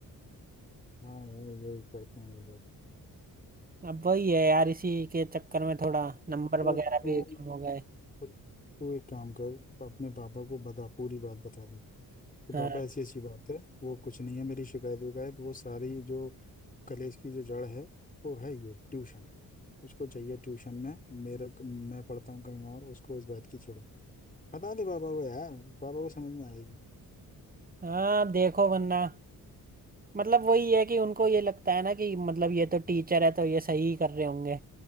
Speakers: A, on the left; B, on the right.
A: हाँ यार यही करते हैं ये लोग
B: अब वही है यार इसी के चक्कर में थोड़ा
A: तो
B: नंबर वगैरह
A: तू
B: भी कम हो गए
A: तो तू एक काम कर अपने पापा को बता पूरी बात बता दे कि
B: हाँ
A: पापा ऐसी ऐसी बात है वो कुछ नहीं है मेरी शिकायत विकायत वो सारी जो कलेश की जो जड़ है वो है ये ट्यूशन उसको चाहिए ट्यूशन में मेरा मैं पढ़ता हूँ कहीं और उसको इस बात की चिढ़ है। बता दे पापा को यार पापा को समझ में आएगी
B: हाँ अब देखो वरना मतलब वही है कि उनको ये लगता है ना कि मतलब ये तो टीचर है तो ये सही ही कर रहे होंगे